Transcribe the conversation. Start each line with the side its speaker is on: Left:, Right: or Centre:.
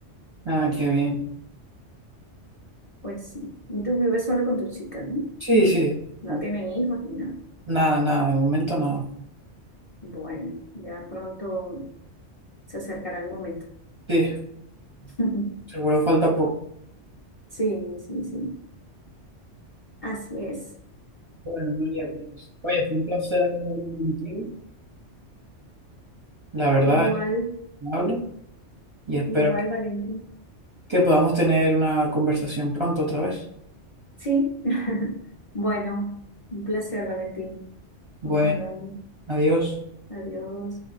Right: Ah, qué bien.
Left: pues sí. Y tú vives solo con tu chica, ¿no?
Right: Sí, sí.
Left: No
Right: No,
Left: tienen hijos ni nada.
Right: nada, nada, de momento nada.
Left: Bueno, ya pronto se acercará el momento.
Right: Sí,
Left: <laughs>
Right: seguro falta poco.
Left: Sí, sí, sí. Así es.
Right: Bueno, María, pues, oye, fue un placer haber hablado contigo. La verdad,
Left: Igual,
Right: es agradable y espero
Left: igual, Valentín.
Right: que podamos tener una conversación pronto otra vez.
Left: Sí. <laughs> Bueno, un placer, Valentín. Estamos
Right: Bueno,
Left: hablando.
Right: adiós.
Left: Adiós.